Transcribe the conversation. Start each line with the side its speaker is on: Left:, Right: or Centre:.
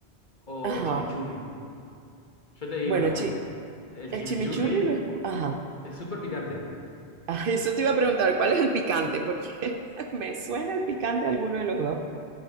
Left: o
Right: ajá.
Left: chimichurri. Yo te digo
Right: Bueno,
Left: nada más,
Right: chi-
Left: el
Right: el
Left: chimichurri
Right: chimichurri lo escu- Ajá. <laughs>
Left: es súper picante.
Right: Ah, Eso te iba a preguntar, ¿cuál es el picante? Porque <laughs> me suena el picante a alguno de los dos.